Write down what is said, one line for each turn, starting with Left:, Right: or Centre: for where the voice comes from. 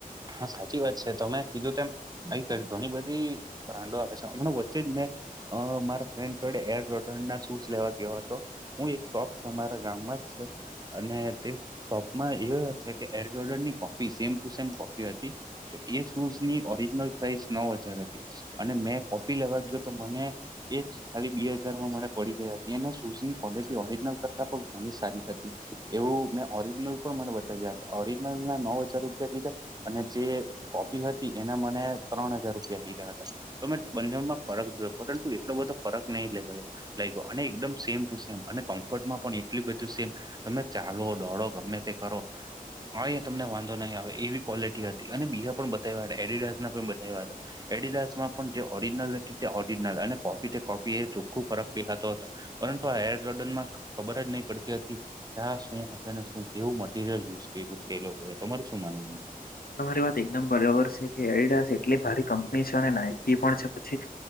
Right: હા, સાચી વાત છે તમે કીધું તેમ ઘણી બધી બ્રાન્ડો આવે છે હમણા વચ્ચે જ મેં અ મારા ફ્રેન્ડ જોડે એરદોડર ના શૂઝ લેવા ગયો હતો, હું એક શોપ છે, અમારા ગામમાં જ છે અને તે શોપમાં એ છે કે એ ઓડજોડર ની copy same to same copy <unintelligible> તો એ શૂઝની ઓરિજિનલ પ્રાઇસ નવ હજાર હતી અને મેં કોપી લેવા ગયો તો મને એ જ ખાલી બે હજારમાં મને પડી ગયા હતી એને સુઝની ક્વોલિટી ઓરિજનલ કરતા પણ ઘણી સારી હતી એવું મેં ઓરિજનલ પણ મને બતાવ્યા હતા, ઓરિજિનલ ના નવ હજાર રૂપિયા કીધા જે કોપી હતી એને મને ત્રણ હજાર રૂપિયા કીધા હતા તો મેં બંનેમાં ફરક જોયો પરંતુ એટલો બધો ફરક નહીં લે ગયો લઈ ગયો અને એકદમ સેમ ટુ સેમ અને કમ્ફર્ટમાં પણ એટલ બધું સેમ તમે ચાલો દોડો ગમે તે કરો કઈ તમને વાંધો નહીં આવે એવી ક્વોલિટી હતી અને બીજા પણ બતાવ્યા હતા એડિડા ના પણ બતાવ્યા હતા એડિડાશ માં પણ જે ઓરિજનલ હતી તે ઓરિજનલ અને કોપી કોપી એ ચોખ્ખો ફરક દેખાતો હતો પરંતુ આ હેર જોર્ડન માં ખબર જ નહી પડતીથી ક્યાં શું હશે ને શું કેવું મટીરિયલ યુઝ કર્યું છે એ લોકો એ તમારું શું માનવું
Left: તમારી વાત એકદમ બરોબર છે કે એરડાસ એટલી ભારી કંપની છે અને નાયકી પણ છે, પછી